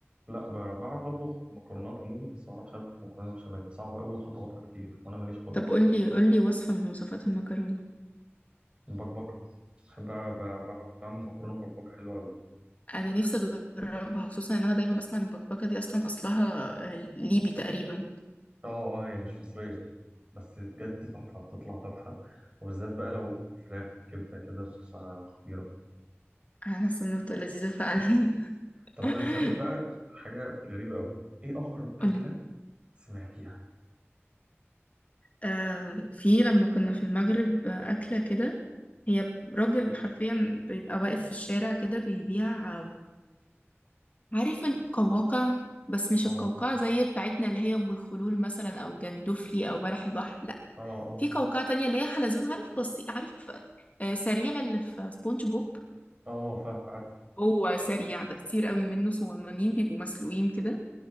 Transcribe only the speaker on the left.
طب
قولي قولي وصفة من وصفات المكرونة
انا نفسي اجربها خصوصا ان انا دايما بسمع ان البكبكه دي اصلا اصلها آه، ليبي تقريبا
انا حاسه انها بتبقى لذيذه فعلا
<laughs>
قولي
آه في لما كنا في المغرب آه، أكلة كده هي راجل حرفيا بيبقى واقف في الشارع كده بيبيع آه، عارف القواقع بس مش
القوقعة زي بتاعتنا اللي هي أم الخلول مثلا أو جندفلي أو بلح البحر لأ
في قوقعة تانية اللي هي حلزون عارف بسيط عارف آه، سريع اللي في سبونج بوب
هو سريع ده كتير قوي منه صغننين بيبقوا مسلوقين كده